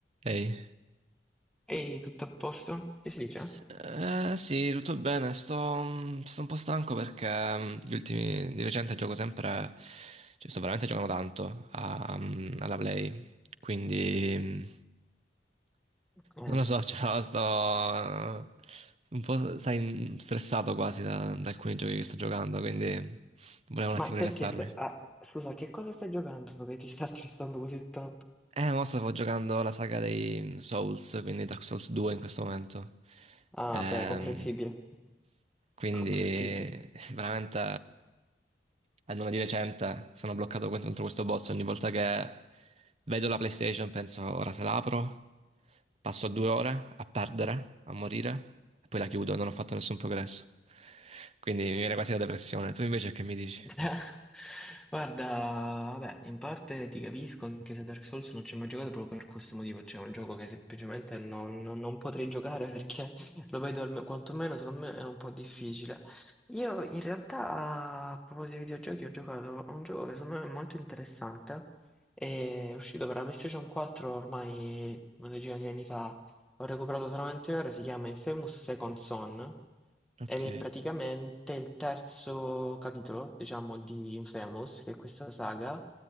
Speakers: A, on the right; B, in the centre.
A: Ehi,
B: Ehi, tutto a posto? Che si dice?
A: S- eh, sì, tutto bene, sto, mm, sto un po' stanco perché mm, gli ultimi, di recente gioco sempre, cioè sto veramente giocando tanto a- mm, alla Play, quindi mm,
B: Eh,
A: non lo so, <laughs> cioè, sto eh, un po' sai, stressato quasi da, da alcuni giochi che sto giocando, quindi volevo un
B: ma
A: attimo
B: perché
A: rilassarmi.
B: stai... ah, scusa, che cosa stai giocando che ti sta stressando così tanto?
A: Eh, mo stavo giocando la saga dei mm, Souls, quindi Dark Souls 2 in questo momento.
B: Ah,
A: Ehm...
B: beh, comprensibile,
A: Quindi
B: <laughs> comprensibile.
A: <laughs> veramente almeno di recente sono bloccato contro questo boss ogni volta che vedo la PlayStation penso ora se la apro, passo due ore a perdere, a morire e poi la chiudo, non ho fatto nessun progresso. Quindi mi viene quasi la depressione. Tu invece che mi dici?
B: <laughs> Guarda, vabbè, in parte ti capisco, anche se Dark Souls non ci ho mai giocato proprio per questo motivo, cioè è un gioco che semplicemente non, non- non potrei giocare <laughs> perché lo vedo alme- quantomeno secondo me è un po' difficile. Io in realtà, a proposito di videogiochi, ho giocato a un gioco che secondo me è molto interessante, è uscito per la PlayStation 4 ormai una decina di anni fa, ho recuperato solamente ora, si chiama Infamous Second Son,
A: Ok,
B: ed è praticamente il terzo capitolo, diciamo, di Infamous, che è questa saga